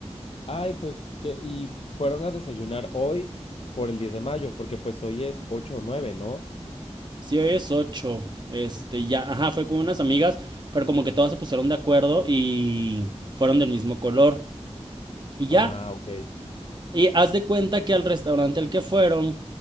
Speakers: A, on the left (about 55°); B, on the right (about 40°).
A: Ay, pues que, y fueron a desayunar hoy por el 10 de mayo, porque pues hoy es 8 o 9, ¿no?
B: Sí, hoy es ocho Este, ya, ajá, fue con unas amigas, pero como que todas se pusieron de acuerdo y fueron del mismo color. Y ya,
A: Ah, ok.
B: y haz de cuenta que al restaurante al que fueron,